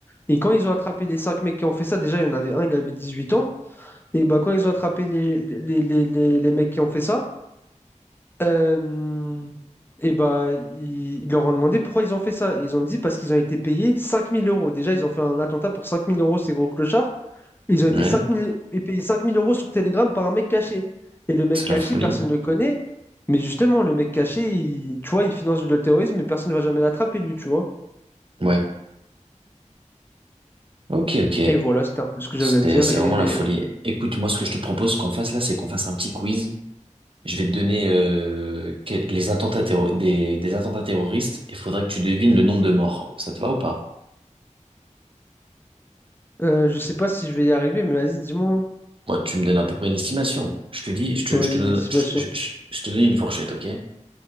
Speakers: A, on the left (about 15°); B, on the right (about 45°).
A: Et quand ils ont attrapé les cinq mecs qui ont fait ça, déjà, il y en avait un, il avait 18 ans. Et bah, quand ils ont attrapé les, les, les, les, les mecs qui ont fait ça, Euh, et bah, ils, ils leur ont demandé pourquoi ils ont fait ça. Et ils ont dit parce qu'ils ont été payés 5000 euros. Déjà, ils ont fait un attentat pour 5000 euros, ces gros clochards. Ils ont été
B: Ouais,
A: 5000, et payés 5000 euros sur Telegram par un mec caché. Et le mec
B: c'est
A: caché,
B: la folie.
A: personne ne le connaît. Mais justement, le mec caché, il- tu vois, il finance le terrorisme, mais personne ne va jamais l'attraper, lui, tu vois.
B: Ouais. Ok, ok.
A: Et voilà, c'était un peu ce que j'avais
B: C'est,
A: à dire.
B: c'est
A: Et
B: vraiment la folie. Écoute, moi, ce que je te propose qu'on fasse là, c'est qu'on fasse un petit quiz. Je vais te donner euh, que- les attentats terro- des, des attentats terroristes et il faudrait que tu devines le nombre de morts. Ça te va ou pas?
A: euh, je sais pas si je vais y arriver, mais vas-y, dis-moi. hein.
B: Moi, tu me donnes à peu près une estimation. Je te dis, je te,
A: Vas-y,
B: je te donne,
A: Sébastien.
B: je, je- je- je te donne une fourchette, ok?